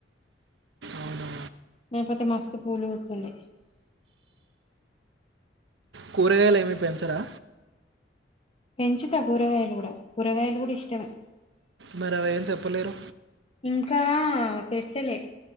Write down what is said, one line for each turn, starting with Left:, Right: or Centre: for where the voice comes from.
Right: అవునా!
Left: లేపోతే మస్తు పూలు పుత్తుండే
Right: కూరగాయలు ఏమి పెంచరా
Left: పెంచుతా కూరగాయలు గుడా కూరగాయలు కూడా ఇష్టమే
Right: మరవేం చెప్పలేరు
Left: ఇంకా పెట్టలే